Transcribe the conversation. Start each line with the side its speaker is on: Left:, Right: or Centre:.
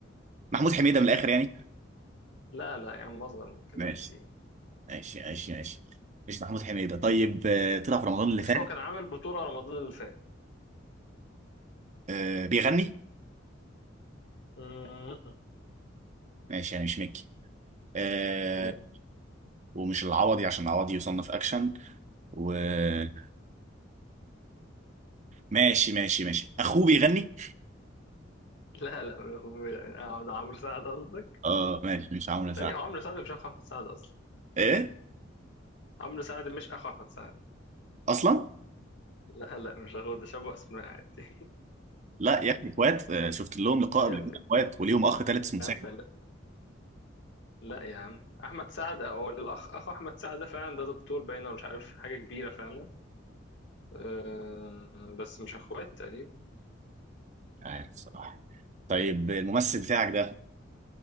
Right: محمود حميدة من الاخر يعني
Left: لا لا يا عم أصغر من كده
Right: ماشي
Left: بكتير
Right: ماشي ماشي ماشي مش محمود حميدة طيب آه، طلع في رمضان اللي
Left: بس
Right: فات
Left: هو كان عامل بطولة رمضان اللي فات
Right: آه، بيغني
Left: <laughs>
Right: ماشي يعني مش مكي آه،
Left: م-
Right: ومش العوضي عشان العوضي يصنف اكشن وماشي ماشي ماشي اخوه بيغني
Left: لا لا لا هو- آه، ده عمرو سعد قصدك؟
Right: اه ماشي مش عامله ساعه
Left: ثانية هو عمرو سعد مش أخو أحمد سعد أصلا
Right: ايه
Left: عمرو سعد مش أخو أحمد سعد
Right: اصلا
Left: لا لا مش أخو ده شبه أسماء عادي
Right: لا يا اخي اخوات آه، شفت لهم لقاء
Left: <laughs>
Right: قبل
Left: يا ابني
Right: كده اخوات وليهم اخ ثالث
Left: يا
Right: اسمه سامي
Left: عم
Right: مش
Left: لا لا يا عم احمد سعد او الاخ اخو احمد سعد ده فعلا ده دكتور باين ولا مش عارف حاجه كبيره فعلا أه بس مش اخوات تقريبا
Right: عارف الصراحه طيب الممثل بتاعك ده